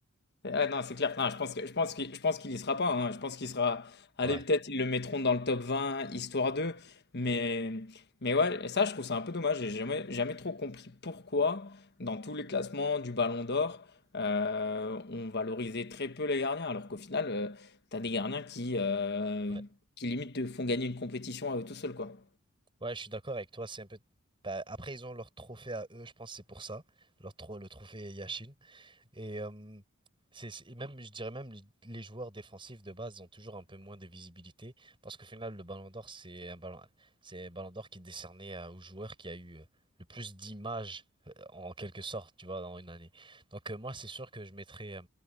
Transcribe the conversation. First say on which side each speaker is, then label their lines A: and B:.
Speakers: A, on the left (about 50°); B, on the right (about 25°).
A: Ah non, c'est clair. Non, je pense que, je pense qu'il, je pense qu'il y sera pas. hein. Je pense qu'il sera. Allez,
B: Ouais,
A: peut-être ils le mettront dans le top 20 histoire d'eux. Mais, mais ouais, et ça, je trouve ça un peu dommage. J'ai jamais, jamais trop compris pourquoi, dans tous les classements du Ballon d'Or, euh, on valorisait très peu les gardiens. Alors qu'au final, euh, t'as des gardiens qui, euh,
B: ouais,
A: qui limite te font gagner une compétition à eux tout seuls, quoi.
B: ouais, je suis d'accord avec toi, c'est un peu... bah, après, ils ont leur trophée à eux, je pense que c'est pour ça, leur tro- le trophée Yashin. Et, euh, c'est, c'est- et même, je dirais même, les les joueurs défensifs de base ont toujours un peu moins de visibilité parce qu'au final, le Ballon d'Or, c'est un ballon, c'est un Ballon d'Or qui est décerné euh, au joueur qui a eu euh, le plus d'images euh, en quelque sorte, tu vois, dans une année. Donc, euh, moi, c'est sûr que je mettrais euh,